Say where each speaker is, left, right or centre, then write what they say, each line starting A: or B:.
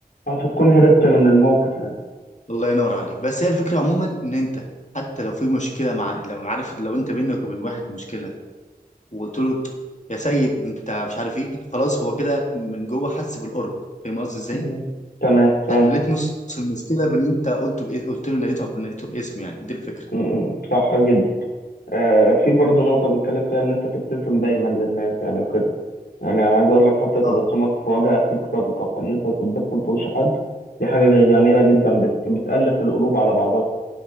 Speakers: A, on the left; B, on the left.
A: آه، فتكون هربت من الموقف يعني
B: الله ينور عليك بس هي الفكره عموما ان انت حتى لو في مشكله مع لو عارف لو انت بينك وبين واحد مشكله وقلت له يا سيد انت مش عارف ايه خلاص هو كده من جوه حس بالقرب فاهم قصدي ازاي
A: امم تمام
B: حليت
A: فهمت
B: نص المشكله بان انت قلته بايه قلت له ناديته ناديته باسمه يعني دي الفكره
A: امم صح جدا آه، في برضه نقطة بيتكلم فيها إن أنت تبتسم دايما للناس يعني وكده يعني أنا عايز أقول لك حتى تبسمك
B: اه
A: في وجه أخيك صدقة فإن أنت تبتسم في وش حد دي حاجة جا- جميلة جدا بت... بتألف القلوب على بعضها